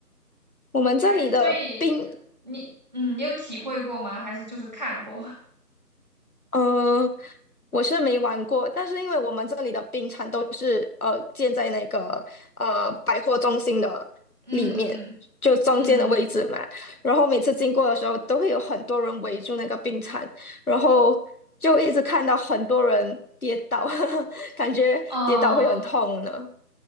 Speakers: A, on the left; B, on the right.
A: 我们这里的冰
B: 哎，所以你嗯，你有体会过吗？还是就是看过？<laughs>
A: 呃，我是没玩过，但是因为我们这里的冰场都是呃建在那个呃百货中心的里面，
B: 嗯嗯嗯
A: 就中间的位置嘛。
B: 嗯。嗯，
A: 然后每次经过的时候，都会有很多人围住那个冰场，然后就一直看到很多人跌倒，<laughs> 感觉跌倒会很痛呢。
B: 哦